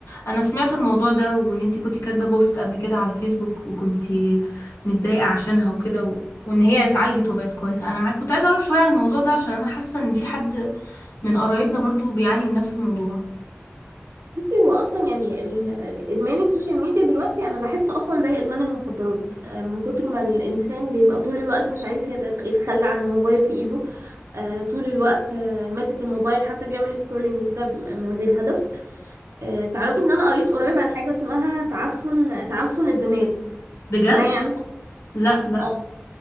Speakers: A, on the left (about 80°); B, on the right (about 75°).
A: انا سمعت الموضوع ده وان انتي كنتي كاتبة بوست قبل كده على فيسبوك وكنتي متضايقة عشانها وكده و... وان هي اتعالجت وبقت كويسة انا ع- كنت عايزة اعرف شوية عن الموضوع ده عشان انا حاسة ان في حد من قرايبنا برضو بيعاني من نفس الموضوع
B: بصي هو اصلا يعني ال- ال- ادمان السوشيال ميديا دلوقتي انا بحسه اصلا زي ادمان المخدرات آه، من كتر ما الانسان بيبقى طول الوقت مش عارف يت- يتخلى عن الموبايل في ايده آه، طول الوقت آه، ماسك الموبايل حتى بيعمل سكرولنج كده ب- من غير هدف آه، تعرفي ان انا قريت قريب عن حاجه اسمها تعفن تعفن الدماغ
A: بجد؟
B: تسمعي عنها
A: لا لا
B: آه.